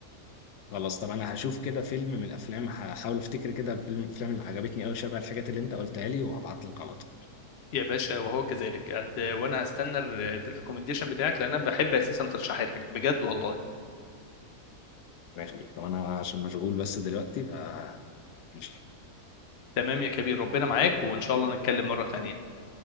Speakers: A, on the left; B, on the left.
A: خلاص طب انا هشوف كده فيلم من الافلام هحاول افتكر كده فيلم من الافلام اللي عجبتني قوي شبه الحاجات اللي انت قلتها لي وهبعت لك على طول
B: يا باشا وهو كذلك أد- وأنا هستنى الريكومنديشن بتاعك لأن أنا بحب أساسا ترشيحاتك بجد والله
A: الله يخليك طب انا عشان مشغول بس دلوقتي ف ماشي.
B: تمام يا كبير ربنا معاك وإن شاء الله نتكلم مرة تانية